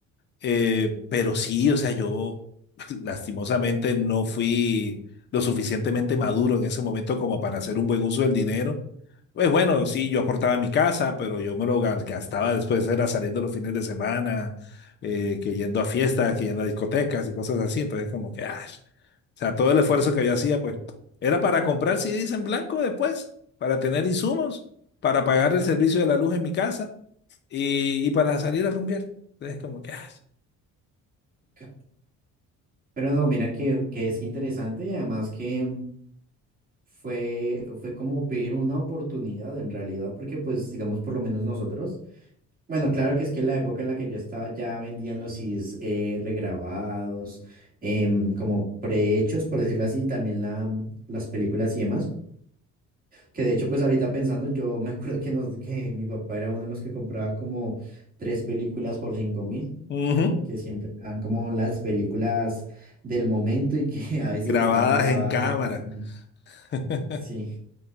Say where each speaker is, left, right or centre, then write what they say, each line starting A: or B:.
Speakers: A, on the left (about 35°); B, on the right (about 30°).
A: Eh, pero sí, o sea, yo <laughs> lastimosamente no fui lo suficientemente maduro en ese momento como para hacer un buen uso del dinero. Pues bueno, sí, yo aportaba a mi casa, pero yo me lo gas- gastaba después, era saliendo los fines de semana, eh, que yendo a fiestas, que yendo a discotecas y cosas así. Entonces, como que, ah, o sea, todo el esfuerzo que yo hacía, pues, era para comprar CDs en blanco después, para tener insumos, para pagar el servicio de la luz en mi casa y, y para salir a rumbear. Entonces, como que, ah.
B: ca- pero no, mira que, que es interesante y además que, fue, fue como ver una oportunidad en realidad, porque pues digamos por lo menos nosotros, bueno, claro que es que en la época en la que yo estaba ya vendían los CDs eh, regrabados, em, como prehechos, por decirlo así, también la, las películas y demás, que de hecho pues ahorita pensando, yo me acuerdo que, nos, que mi papá era uno de los que compraba como tres películas por cinco mil.
A: Ujú.
B: que siempre eran como las películas del momento y que <laughs> a veces
A: Grabadas
B: estaban grabadas
A: en cámara.
B: en cine.
A: <laughs>
B: sí